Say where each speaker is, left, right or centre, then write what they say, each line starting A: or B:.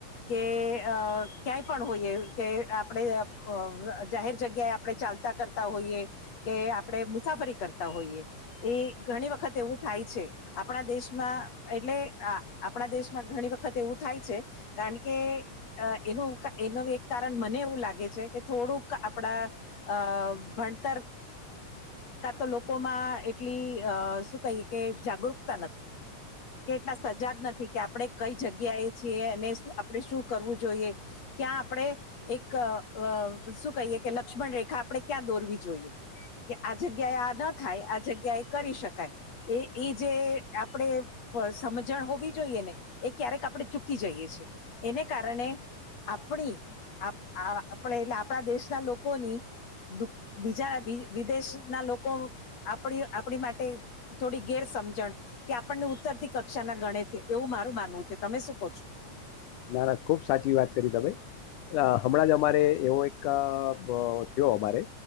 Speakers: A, on the left; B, on the left.
A: કે ક્યાંય પણ હોઈએ કે આપણે જાહેર જગ્યાએ આપણે ચાલતા કરતા હોઈએ, કે આપણે મુસાફરી કરતા હોઈએ, એ ઘણી વખત એવું થાય છે, આપણા દેશમાં એટલે આપણા દેશમાં ઘણી વખત એવું થાય છે, કારણ કે એનું એનું એક કારણ મને એવું લાગે છે કે થોડુંક આપણા અહ ભણતર, કા તો લોકોમાં એટલી અહ શું કહીએ કે જાગૃકતા નથી, કે એટલા સજાગ નથી કે આપણે કઈ જગ્યાએ છીએ, અને શું આપણે શું કરવું જોઈએ, ક્યાં આપણે એક અહ શું કહીએ કે લક્ષ્મણ રેખા આપણે ક્યાં દોરવી જોઈએ, કે આ જગ્યાએ આ ન થાય, આ જગ્યા એ કરી શકાય, એ ઈ જે આપણે સમજણ હોવી જોઈએ ને, એ ક્યારેક આપણે ચૂકી જઈએ છે, એને કારણે આપણી આ આપણે એટલે આપણા દેશના લોક કોની બીજા વિ વિદેશ ના લોકો આપણી-આપણી માટે થોડી ગેર સમજણ, કે આપણને ઉત્તર થી કક્ષાના ગણે છે, એવું મારું માનવું છે. તમે શું કહો છો?
B: ના, ના ખુબ સાચી વાત કરી તમે. અહ હમણાં જ અમારે એવો એક અહ થયો અમારે,